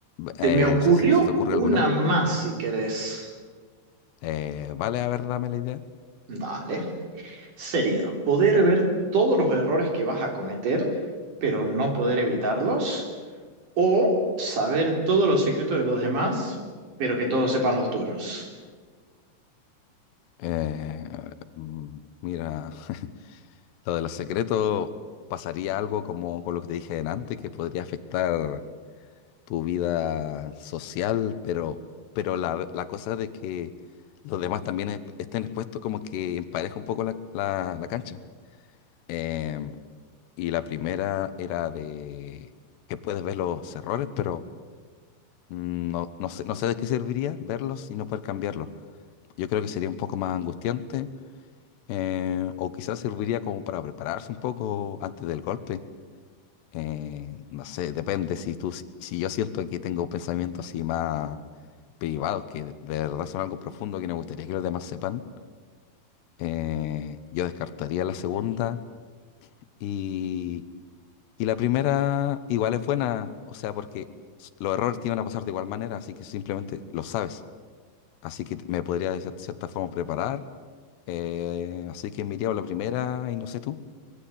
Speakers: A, on the right; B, on the left.
A: Se
B: eh,
A: me ocurrió
B: no sé si se te ocurre
A: una
B: alguna.
A: más si querés.
B: Eh, vale, a ver, dame la idea.
A: Dale. Sería poder ver todos los errores que vas a cometer, pero no poder evitarlos, o saber todos los secretos de los demás, pero que todos sepan los tuyos.
B: Eh, mm, mira, <laughs> lo de los secretos, ¿pasaría algo como con lo que te dije en antes, que podría afectar tu vida social? Pero, pero la, la cosa de que los demás también es- estén expuestos como que empareja un poco la, la- la cancha. Em, y la primera era de que puedes ver los errores, pero Mm, No, no sé, no sé de qué serviría verlos y no poder cambiarlos. Yo creo que sería un poco más angustiante, eh, o quizás serviría como para prepararse un poco antes del golpe. Eh, no sé, depende. Si tú, si si yo siento que tengo pensamientos así más privados, que de verdad son algo profundo que me gustaría que los demás sepan, eh, yo descartaría la segunda y, y la primera igual es buena, o sea, porque s- los errores te iban a pasar de igual manera, así que simplemente lo sabes. Así que me podría de cier- cierta forma preparar. eh, así que me iría por la primera y no sé tú.